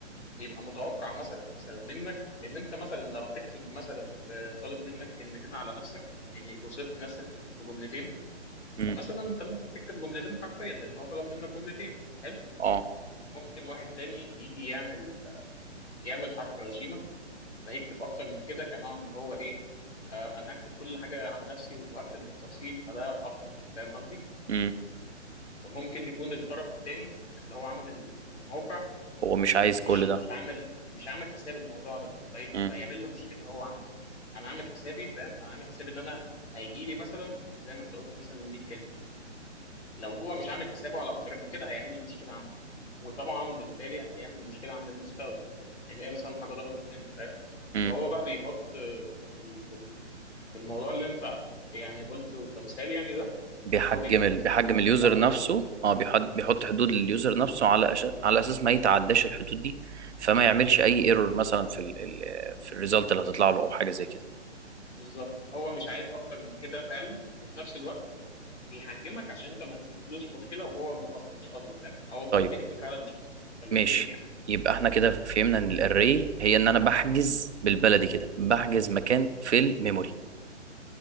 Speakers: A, on the left; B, on the right.
A: بيبقى متوقع مثلا مثلا منك ان انت مثلا لو هتكتب مثلا في طالب منك كلمتين على نفسك يعني يوصف لي نفسك في جملتين
B: امم
A: فمثلا انت ممكن تكتب جملتين حرفيا لان هو طلب منك جملتين حلو
B: اه
A: ممكن واحد تاني يجي يعمل يعمل حركه غشيمه فيكتب اكتر من كده كنوع ان هو ايه آه انا هكتب كل حاجه عن نفسي وهكتب بالتفصيل فده افضل فاهم قصدي
B: امم
A: فممكن يكون الطرف التاني اللي هو عمل الموقع
B: هو مش عايز
A: مش
B: كل ده
A: مش عامل مش عامل حساب الموضوع ده في...
B: امم
A: فيعمل له مشكله هو عنده انا عامل حسابي فاهم انا عامل حسابي ان انا هيجي لي مثلا زي ما انت قلت مثلا 100 كلمه لو هو مش عامل حسابه على اكتر من كده هيعمل له مشكله عنده وطبعا بالتالي هيعمل مشكله عند المستخدم هيلاقي مثلا حاجه ضربت منه فاهم
B: امم
A: فهو بقى بيحط آه، ف- في ال- في ال- في الموضوع اللي انت يعني قلته كمثال يعني ده
B: بيحجم
A: هو بيحط
B: ال... بيحجم
A: آه،
B: اليوزر
A: بيحط
B: نفسه
A: حدود
B: اه بيحط بيحط
A: بالظبط
B: حدود لليوزر نفسه على أش... على اساس ما يتعداش الحدود دي فما يعملش اي ايرور مثلا في ال... ال- في الريزلت اللي هتطلع له او حاجه زي كده
A: بالظبط هو مش عايز اكتر من كده فعلا وفي نفس الوقت بيحجمك عشان انت ما تسببلوش مشكله وهو من قصد مش قصده فاهم او ممكن
B: طيب
A: يكون فعلا مش قصده فالاثنين
B: ماشي
A: يعني
B: يبقى احنا كده فهمنا ان الاري هي ان انا بحجز بالبلدي كده بحجز مكان في الميموري